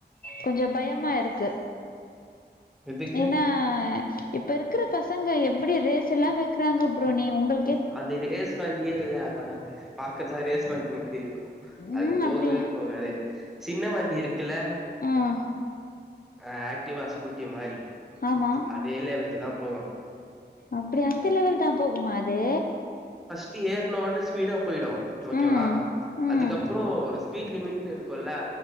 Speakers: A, on the left; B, in the centre.
A: கொஞ்ச பயமா இருக்கு
B: எதுக்கு
A: ஏன்னா இப்ப இருக்கிற பசங்க எப்டி ரேஸ் எல்லா வைக்கிறாங்க ப்ரோ நீ உங்களு
B: அது ரேஸ் வண்டியே இல்ல ஆனா அது பாக்கதா ரேஸ் வண்டி மாதிரி இருக்கும்
A: ம்
B: அது போகவே
A: அப்டியா
B: போகாது சின்ன வண்டி இருக்குல்ல
A: ம்
B: ஆஹ் ஆக்டிவா ஸ்கூட்டிய மாறி‌
A: ஆமா
B: அதே லெவலுக்கு தா போகும்
A: அப்டி அந்த லெவல் தா போகுமா அது
B: ட்டி ஏற்னோன ஃஸ்பீடா போய்டு ஓகேவா
A: ம் ம்
B: அதுக்கப்பறோ ஒரு ஸ்பீட் லிமிட்னு இருக்குல்ல